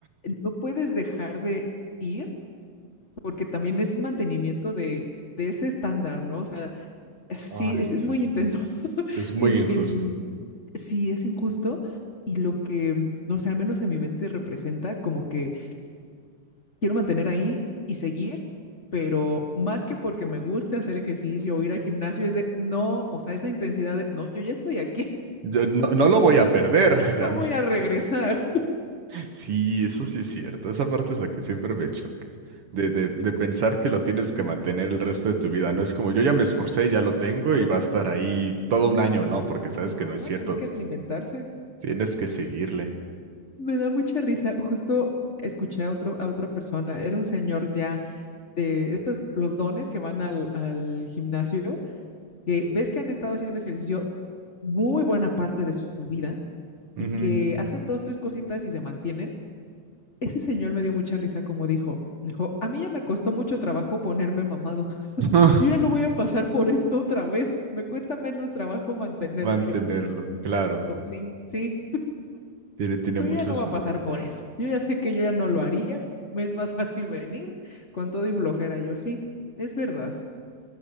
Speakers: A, on the left; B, on the right.
A: no puedes dejar de ir, porque también es mantenimiento de, de ese estándar, ¿no? O sea, sí,
B: Ay,
A: es, es
B: sí.
A: muy intenso. <laughs>
B: Es muy
A: El,
B: injusto.
A: el, sí, es injusto. Y lo que, no sé, al menos en mi mente representa como que quiero mantener ahí y seguir, pero más que porque me guste hacer ejercicio o ir al gimnasio, es de no, o sea, esa intensidad de no, yo ya estoy aquí,
B: Yo no, no lo voy a perder.
A: <laughs>
B: <laughs> ya
A: no
B: me-
A: voy a regresar.
B: Sí, eso sí es cierto. Esa parte es la que siempre me choca. De, de, de pensar que lo tienes que mantener el resto de tu vida. No es como yo ya me esforcé, ya lo tengo y va a estar ahí todo un año. No, porque sabes
A: No,
B: que no es cierto.
A: tienen que alimentarse.
B: Tienes que seguirle.
A: Me da mucha risa. Justo escuché a otro, a otra persona, era un señor ya de estos, los dones que van al, al gimnasio, que ves que han estado haciendo ejercicio muy buena parte de su vida
B: Ujú.
A: y que hacen dos, tres cositas y se mantienen Ese señor me dio mucha risa como dijo. Dijo, a mí ya me costó mucho trabajo ponerme mamado.
B: <laughs>
A: Yo ya no voy a pasar por esto otra vez. Me cuesta menos trabajo mantenerlo.
B: Mantenerlo.
A: Y yo,
B: Claro.
A: punto, sí, sí.
B: Tiene, tiene
A: Yo
B: mucho
A: ya no
B: sentido.
A: voy a pasar por eso. Yo ya sé que yo ya no lo haría. Me es más fácil venir con todo y flojera. Y Yo sí, es verdad.